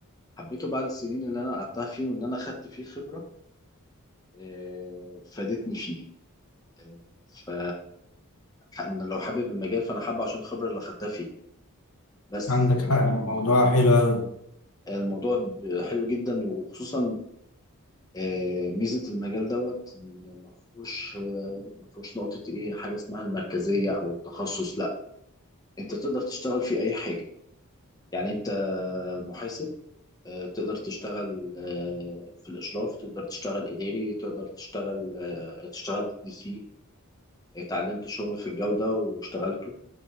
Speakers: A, on the left (about 15°); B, on the left (about 75°).
A: حبيته بعد السنين اللي انا قعدتها فيه وان انا خدت فيه خبرة آه، فادتني فيه آه، ف أنا لو حابب المجال فانا حابه عشان الخبرة اللي خدتها فيه بس
B: عندك
A: لكن
B: حق موضوع
A: آه،
B: حلو قوي
A: الموضوع ب- حلو جدا وخصوصا آه، ميزة المجال دوت إن ما فيهوش آه، ما فيهوش نقطة إيه حاجة اسمها المركزية أو التخصص لا أنت تقدر تشتغل في أي حاجة يعني انت محاسب آه، تقدر تشتغل آه، في الاشراف تقدر تشتغل اداري تقدر تشتغل آه، تشتغل دي سي اتعلمت شغل في الجودة واشتغلته